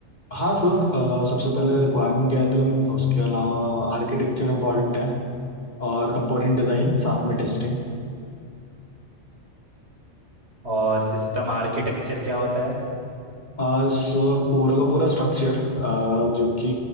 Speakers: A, on the left; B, on the right.
A: हाँ सर अ, सबसे पहले रिक्वायरमेंट गैदरिंग उसके अलावा आर्किटेक्चर इम्पॉर्टेंट है और कंपोनेंट डिज़ाइन साथ में टेस्टिंग
B: और सिस्टम आर्किटेक्चर क्या होता है
A: आ, सो पूरा का पूरा स्ट्रक्चर जो कि